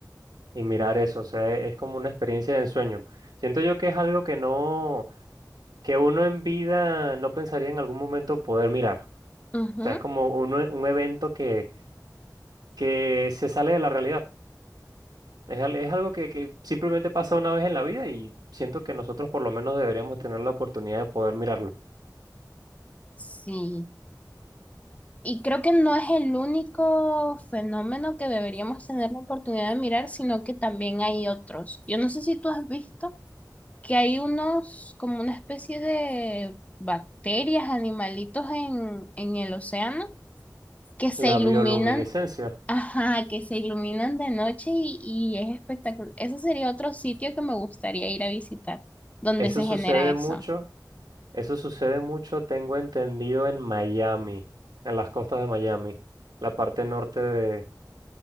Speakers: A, on the right; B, on the left.
A: y mirar eso, o sea, e- es como una experiencia de ensueño. Siento yo que es algo que no, que uno en vida no pensaría en algún momento poder mirar.
B: Ujú,
A: O sea, es como un, e- un evento que, que se sale de la realidad. Es, al- es algo que, que simplemente pasa una vez en la vida y siento que nosotros por lo menos deberíamos tener la oportunidad de poder mirarlo.
B: sí. Y creo que no es el único fenómeno que deberíamos tener la oportunidad de mirar, sino que también hay otros. Yo no sé si tú has visto que hay unos, como una especie de bacterias, animalitos en, en el océano que se
A: La
B: iluminan,
A: bioluminiscencia,
B: ajá, que se iluminan de noche y, y es espectacular. Eso sería otro sitio que me gustaría ir a visitar, donde
A: eso
B: se
A: sucede
B: genera eso.
A: mucho Eso sucede mucho, tengo entendido, en Miami, en las costas de Miami, la parte norte de,